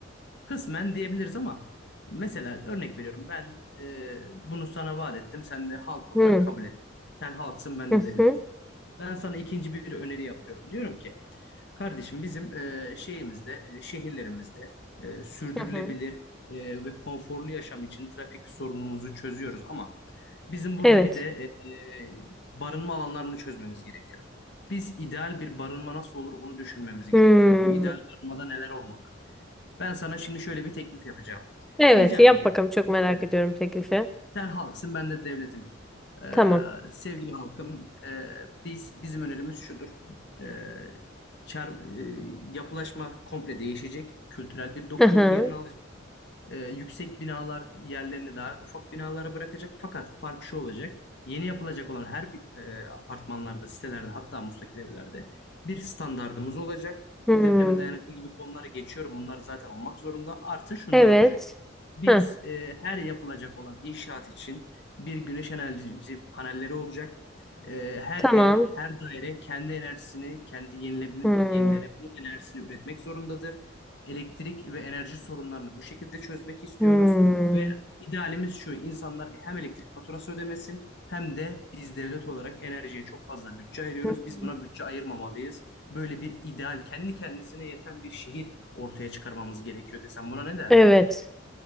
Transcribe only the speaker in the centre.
Hı.
Hı
hı.
Hı hı.
Evet.
Hmm.
Evet,
yap
bakalım çok merak
ediyorum teklifi.
Tamam.
Hı hı.
Hmm.
Evet.
Heh.
Tamam.
Hmm,
hmm,
hmm.
Evet.